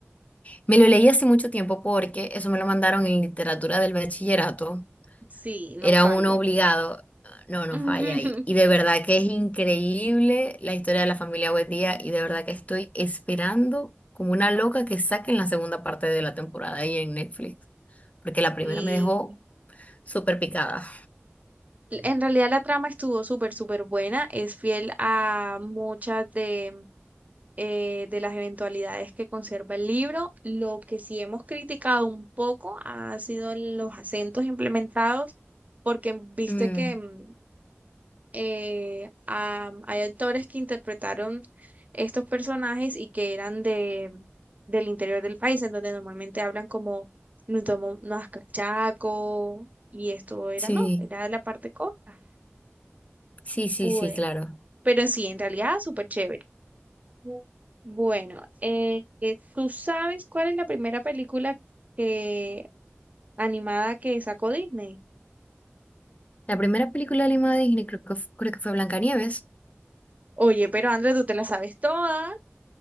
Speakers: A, on the left; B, on the right.
A: Me lo leí hace mucho tiempo porque eso me lo mandaron en literatura del bachillerato.
B: Sí, no
A: Era
B: falla.
A: uno obligado. No, no
B: <laughs>
A: falla ahí. Y de verdad que es increíble la historia de la familia Buendía y de verdad que estoy esperando como una loca que saquen la segunda parte de la temporada ahí en Netflix, porque la primera
B: Y
A: me dejó súper picada.
B: en realidad la trama estuvo súper, súper buena. Es fiel a muchas de, eh, de las eventualidades que conserva el libro. Lo que sí hemos criticado un poco ha sido los acentos implementados, porque viste
A: Mm,
B: que mm, eh, a- hay actores que interpretaron estos personajes y que eran de, del interior del país, en donde normalmente hablan como nos tomó unas cachaco y esto era,
A: sí,
B: no, era de la parte costa.
A: sí, sí,
B: Pues,
A: sí, claro.
B: pero sí, en realidad súper chévere. Bu- Bueno, eh, eh, ¿tú sabes cuál es la primera película que, animada que sacó Disney?
A: La primera película animada de Disney creo que, f- creo que fue Blancanieves.
B: Oye, pero André, tú te la sabes todas.